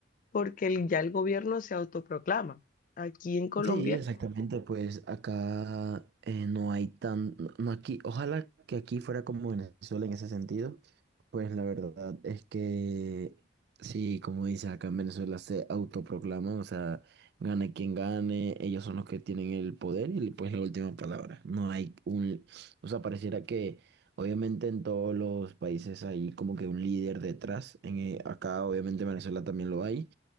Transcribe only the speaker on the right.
Sí, exactamente, pues acá eh, no hay tan, no no aquí, ojalá que aquí fuera como Venezuela en ese sentido, pues la verdad es que sí, como dices, acá en Venezuela se autoproclaman, o sea, gane quien gane, ellos son los que tienen el poder y pues la última palabra, no hay un, o sea, pareciera que obviamente en todos los países hay como que un líder detrás, en, eh, acá obviamente en Venezuela también lo hay